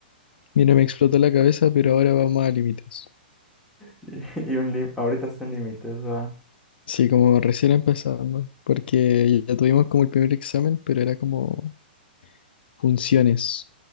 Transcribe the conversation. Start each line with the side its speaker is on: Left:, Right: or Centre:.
Left: mira, me explotó la cabeza, pero ahora vamos a límites.
Centre: Y, y un lim- ahorita están límites, ¿va?
Left: Sí, como recién empezando, porque ya tuvimos como el primer examen, pero era como funciones.